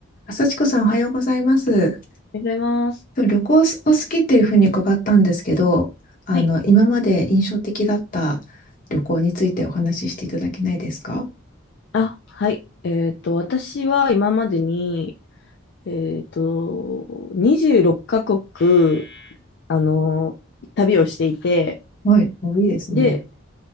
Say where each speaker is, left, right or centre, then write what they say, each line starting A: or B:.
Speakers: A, on the left; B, on the left.
A: あさ子さん、おはようございます。
B: おはようございます。
A: 旅行お好きっていうふうに伺ったんですけど、あの、
B: はい。
A: 今まで印象的だった旅行についてお話ししていただけないですか
B: あ、はい。えっと、私は今までに、えっと、26カ国、あの、旅をしていて、
A: はい、もういいですね。
B: で、